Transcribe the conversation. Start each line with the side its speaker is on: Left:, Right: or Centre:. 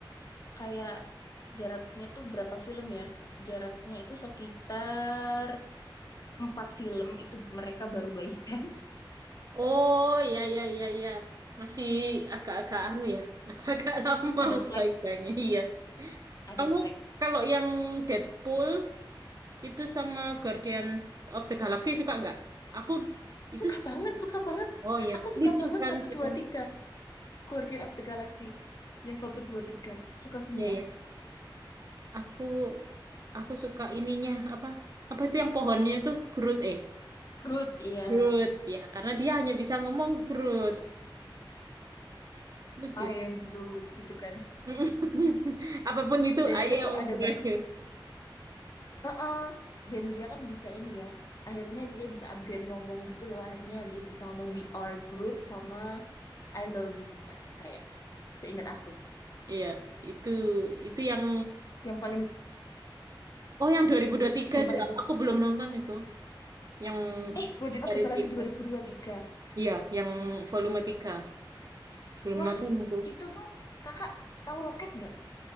Left: kayak jaraknya tuh berapa film ya? Jaraknya itu sekitar empat film itu mereka baru baikan.
Right: oh, ya, ya, ya, ya. Masih agak-agak anu ya, agak-agak <laughs> lama
Left: <laughs> Ada Slack,
Right: perbaikannya. Iya.
Left: ada
Right: Kamu
Left: Slack.
Right: kalau yang Deadpool itu sama Guardians of the Galaxy suka nggak? Aku itu
Left: Suka
Right: suka.
Left: banget, suka banget.
Right: Oh ya,
Left: Aku
Right: lucu
Left: suka banget
Right: kan,
Left: satu
Right: suka.
Left: dua tiga Guardian of the Galaxy. Yang satu dua tiga, aku suka semua.
Right: Iya, ya. Aku aku suka ininya apa? Apa itu yang pohonnya itu Groot eh
Left: Groot, iya.
Right: Groot ya, karena dia hanya bisa ngomong Groot. Lucu
Left: I am Groot gitu kan.
Right: <laughs> Apapun itu
Left: Dan
Right: I
Left: itu
Right: am
Left: tuh ada
Right: great.
Left: ba- Heeh. Dan dia kan bisa ini ya. Akhirnya dia bisa upgrade ngomong gitu loh. Akhirnya dia bisa ngomong we are Groot sama I love you Kak. kayak seingat aku.
Right: Iya, itu itu yang
Left: Yang paling
Right: oh yang 2023
Left: yang
Right: itu
Left: paling
Right: ya?
Left: bag-
Right: aku belum nonton itu. Yang
Left: eh Guardian
Right: dari
Left: of the Galaxy
Right: tiga.
Left: dua ribu dua puluh tiga.
Right: Iya, yang volume 3 Belum
Left: Wah,
Right: nonton aku.
Left: itu tuh Kakak tahu Roket nggak?